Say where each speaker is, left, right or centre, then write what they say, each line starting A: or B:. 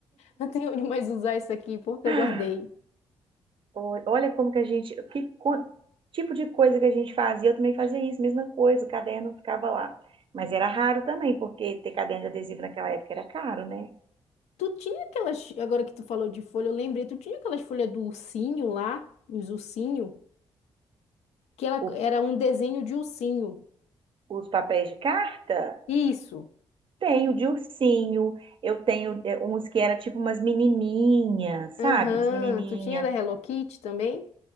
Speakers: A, on the left; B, on the right.
A: Não tenho onde mais usar isso aqui, porque
B: <laughs>
A: eu guardei.
B: <sighs> Olha olha como que a gente, que co- tipo de coisa que a gente fazia, eu também fazia isso, mesma coisa, o caderno ficava lá. Mas era raro também, porque ter caderno de adesivo naquela época era caro, né?
A: Tu tinha aquelas, agora que tu falou de folha, eu lembrei, tu tinha aquelas folhas do ursinho lá, os ursinhos, que ela,
B: O-
A: era um desenho de ursinho.
B: os papéis de carta,
A: Isso.
B: tenho de ursinho, eu tenho é, uns que era tipo umas menininhas,
A: Aham,
B: sabe? Umas menininha
A: Tu tinha da Hello Kitty também?